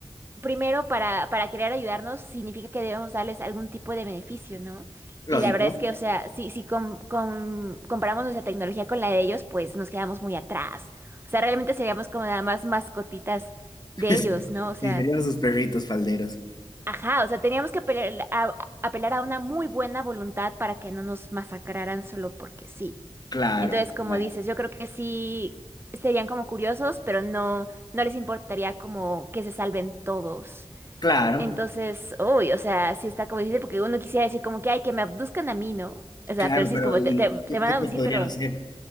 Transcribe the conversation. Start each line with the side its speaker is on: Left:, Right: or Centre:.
Right: primero para, para querer ayudarnos significa que debemos darles algún tipo de beneficio, ¿no?
Left: Lógico.
Right: Y la verdad es que, o sea, si, si com- com- comparamos nuestra tecnología con la de ellos, pues nos quedamos muy atrás. O sea, realmente seríamos como nada más mascotitas de
Left: <laughs>
Right: ellos, ¿no? O sea,
Left: Sí, serían sus perritos falderos.
Right: ajá, o sea, teníamos que apelar a, apelar a una muy buena voluntad para que no nos masacraran solo porque sí.
Left: Claro,
Right: Entonces, como
Left: claro,
Right: dices, yo creo que sí serían como curiosos, pero no, no les importaría como que se salven todos.
Left: claro,
Right: Entonces, uy, o sea, sí está como difícil porque uno quisiera decir como que, ay, que me abduzcan a mí, ¿no? O sea,
Left: claro,
Right: pero sí
Left: pero
Right: es como,
Left: ¿y
Right: te, te- te
Left: qué,
Right: van
Left: qué
Right: a
Left: te
Right: abducir,
Left: podrían
Right: pero
Left: hacer?